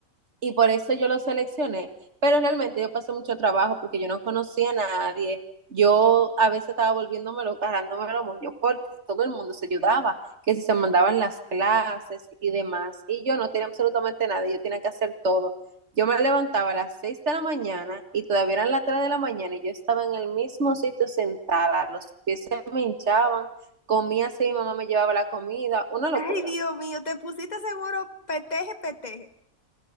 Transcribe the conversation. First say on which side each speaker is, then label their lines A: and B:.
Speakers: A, on the right; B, on the left.
A: y por eso yo lo seleccioné. Pero realmente yo pasé mucho trabajo porque yo no conocía a nadie. Yo a veces estaba volviéndome volviéndomelo, cargándome los moños porque todo el mundo se ayudaba, que si se mandaban las clases y demás. Y yo no tenía absolutamente nada, yo tenía que hacer todo. Yo me levantaba a las 6 de la mañana y todavía eran las 3 de la mañana y yo estaba en el mismo sitio sentada, los pies se me hinchaban, comía así, mi mamá me llevaba la comida, una locura.
B: Ay, Dios mío, te pusiste seguro peteje, peteje.